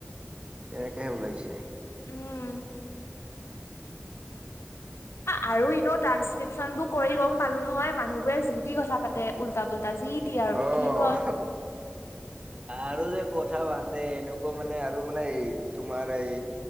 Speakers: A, on the right; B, on the left.
A: তেনেকেহে ওলাইছে।
B: উম। আ, আৰু এনেও ট্ৰান্সক্ৰিপচনবোৰ কৰি গ'ম পালোঁ নহয়, মানুহবোৰে যি-তি কথা পাতে, উল্টা পুল্টা যি টি আৰু
A: অ',
B: কিনো
A: আৰু যে কথা পাতে, এনেকুৱা মানে, আৰু মানে, এই তোমাৰ এই,